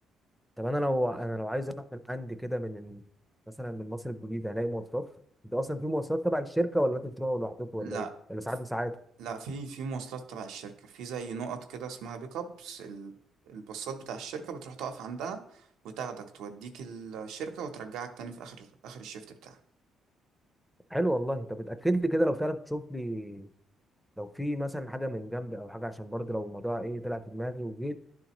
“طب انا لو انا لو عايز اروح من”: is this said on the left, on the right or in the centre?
Centre